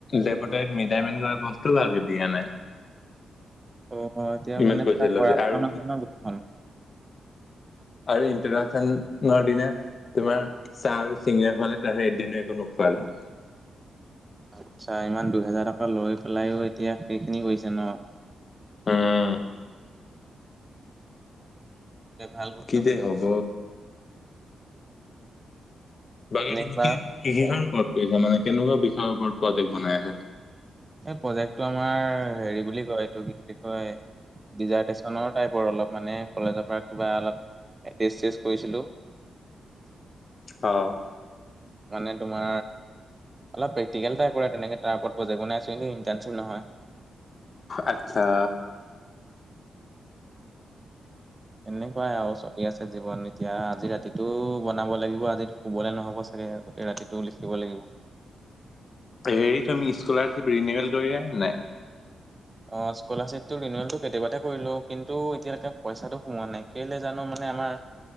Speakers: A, on the left (about 40°); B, on the right (about 20°).
A: লেবটৰীত মিটাইমিন কৰা বস্তু ভালকে দিয়া নাই।
B: অ' এতিয়া
A: ইমান
B: মানে
A: পইচা
B: খৰাচ
A: লৈছে আৰু
B: ন' গুটখন।
A: আৰু ইন্ট্ৰডাকচনৰ দিনা তোমাৰ চাহ আৰু চিঙিৰা খুৱালে, তাৰে এদিনো একো নোখোৱালে।
B: আচ্ছা ইমান দুইহেজাৰ টকা লৈ পেলাইও এতিয়া সেইখিনি কৰিছে ন।
A: উম।
B: এতিয়া ভাল ভুক্তভোগী
A: কিযে হ'ব। বাকী
B: নেক্সবাৰ
A: তুমি কি কেইখন ওপৰত কৈছে মানে কেনেকুৱা বিষয়ৰ ওপৰত প্ৰডেক্ট বনাই আছে?
B: এই প্ৰজেক্টটো আমাৰ হেৰি বুলি কয় এইটো কি বুলি কয় ডিজাৰ্টেশচনৰ টাইপৰ অলপ মানে কলেজৰ পৰা কিবা অলপ এ চ কৰিছিলো।
A: অ।
B: মানে তোমাৰ অলপ প্ৰেকটিকেল টাইপৰে তেনে তাৰ ওপৰত প্ৰেক বনাইছো <unintelligible>
A: আতছা।
B: এনেকুৱাই আৰু চলি আছে জীৱন এতিয়া আজি ৰাতিটো বনাব লাগিব, আজিটো শুবলৈ নহ'ব চাগে, আগোতেই ৰাতি টো লিখিব লাগিব।
A: হেৰি তুমি স্কলাৰশ্বিপ ৰিনিউল কৰিলা নে নাই?
B: অ স্কলাৰশ্বিপটো ৰিনিউলটো কেতিয়াবাতে কৰিলো কিন্তু এতিয়ালৈকে পইচাটো সোমোৱা নাই কেলৈ জানো মানে আমাৰ